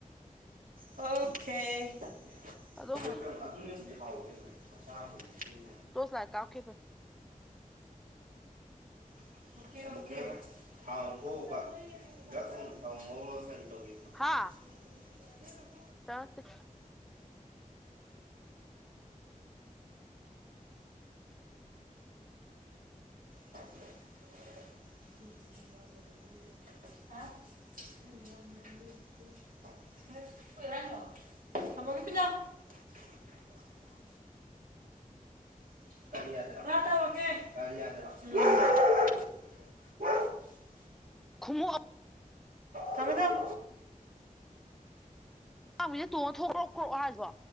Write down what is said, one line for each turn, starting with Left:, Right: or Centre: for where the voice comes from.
Right: ꯑꯣꯀꯦ <unintelligible>
Centre: ꯊꯥꯗꯣꯛꯈ꯭ꯔꯦ ꯇꯣꯁ ꯂꯥꯏꯠ ꯀꯥꯞꯈꯤꯕꯅꯤ
Right: <inaudible> <unintelligible> <inaudible>
Centre: ꯍꯥ ꯆꯠꯇꯦ
Right: <unintelligible> <unintelligible> <inaudible> <unintelligible> <inaudible>
Centre: ꯈꯣꯡꯎꯞ
Right: ꯊꯝꯃꯦ ꯊꯝ
Centre: ꯄꯥꯝꯃꯤꯁꯦ ꯇꯣꯡꯉ ꯊꯣꯛ꯭ꯔꯑꯣ ꯀ꯭ꯔꯛꯑꯣ ꯍꯥꯏꯕ꯭ꯔꯣ